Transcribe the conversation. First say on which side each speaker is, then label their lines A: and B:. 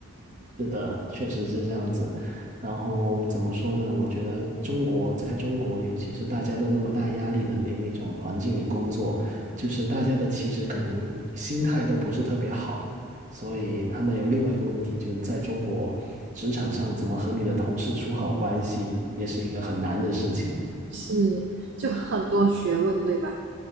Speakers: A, on the right; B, on the right.
A: 是的，确实是这样子。然后怎么说呢？我觉得中国在中国，尤其是大家都那么大压力的那那种环境里工作，就是大家的其实可能心态都不是特别好，所以他们有另外一个问题，就是在中国职场上怎么和你的同事处好关系，也是一个很难的事情。
B: 是就很多学问，对吧？